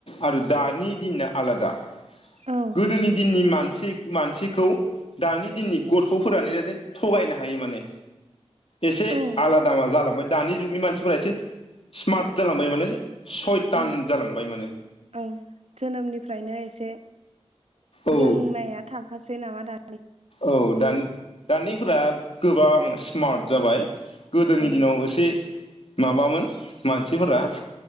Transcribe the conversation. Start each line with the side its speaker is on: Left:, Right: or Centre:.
Left: आरो दानि दिननिया आलादा।
Right: औ
Left: गोदोनि दिननि मानसि मानसिखौ दानि दिननि गथ'फोरानो जाहाथे थगायनो हा हायो माने। एसे
Right: ओं
Left: आलादा मा जालांबाय दानि जुगनि मानसि फोरा एसे स्मार्ट जालांबाय माने सयथान
Right: उम
Left: जालांबाय माने
Right: ओं जोनोमनिफ्रायनो एसे
Left: औ
Right: रोंनाया थाखासै नामा दा
Left: औ दान दानिफोरा गोबां स्मार्ट जाबाय गोदोनि
Right: औ
Left: दिनाव एसे माबामोन मानसिफोरा